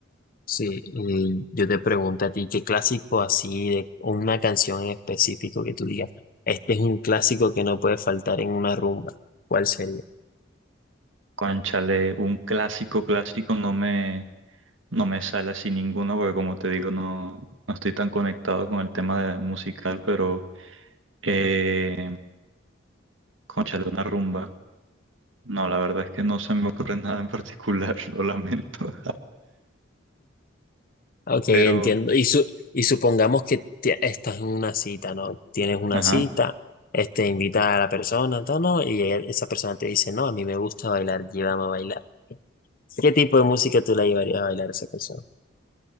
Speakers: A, on the left (about 45°); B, on the right (about 75°).
A: Sí, y yo te pregunto a ti, ¿qué clásico así de o una canción en específico que tú digas? Este es un clásico que no puede faltar en una rumba. ¿Cuál sería?
B: Cónchale, un clásico clásico no me, no me sale así ninguno porque como te digo no, no estoy tan conectado con el tema de musical, pero eh, cónchale, una rumba. No, la verdad es que no se me ocurre nada en particular, <laughs> lo lamento. <laughs>
A: Ok, entiendo.
B: Pero,
A: Y, su- y supongamos que ti- estás en una cita, ¿no? Tienes una
B: ajá,
A: cita, este, invita a la persona, todo, ¿no? Y ella- esa persona te dice, no, a mí me gusta bailar, llévame a bailar. ¿Qué tipo de música tú la llevarías a bailar a esa persona?